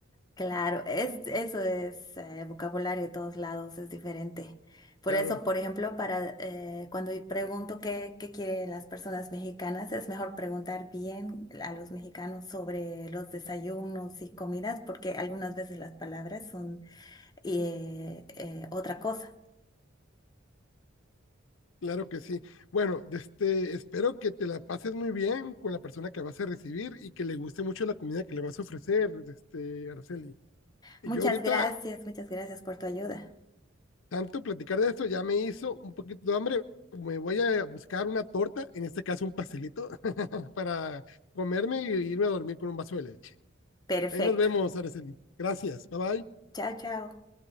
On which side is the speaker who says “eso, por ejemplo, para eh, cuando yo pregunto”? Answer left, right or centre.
Left